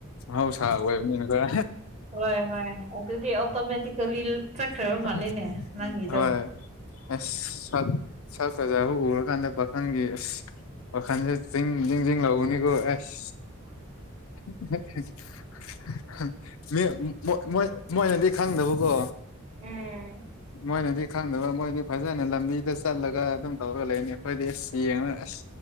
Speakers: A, on the left (about 70°); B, on the right (about 30°).
A: ꯃꯍꯧꯁꯥ ꯑꯣꯏꯕꯅꯤꯅꯀꯣ <unintelligible>
B: ꯍꯣꯏ ꯍꯣꯏ ꯑꯗꯨꯗꯤ ꯑꯣꯇꯣꯃꯦꯇꯤꯀꯦꯜꯂꯤ ꯆꯠꯈ꯭ꯔꯕ
A: <unintelligible>
B: ꯃꯥꯜꯂꯦꯅꯦ ꯅꯪꯒꯤꯗꯣ
A: ꯍꯣꯏ ꯑꯁ <unintelligible> ꯁꯛ ꯐꯖꯕ ꯎꯔꯀꯥꯟꯗ ꯄꯥꯈꯪꯒꯤ ꯑꯁ ꯋꯥꯈꯟꯖꯦ ꯆꯤꯡ ꯖꯤꯡ-ꯖꯤꯡ ꯂꯥꯎꯕꯅꯤꯀꯣ ꯑꯁ <unintelligible> ꯃꯤ-ꯃꯣꯏ-ꯃꯣꯏ-ꯃꯣꯏꯅꯗꯤ ꯈꯪꯗꯕꯀꯣ
B: ꯎꯝ
A: ꯃꯣꯏꯅꯗꯤ ꯈꯪꯗꯕ ꯃꯣꯏꯗꯤ ꯐꯖꯅ ꯂꯝꯕꯤꯗ ꯆꯠꯂꯒ ꯑꯗꯨꯝ ꯇꯧꯔ ꯂꯩꯅꯤ ꯈꯣꯢꯗꯤ ꯑꯁ ꯌꯦꯡꯉꯒ ꯑꯁ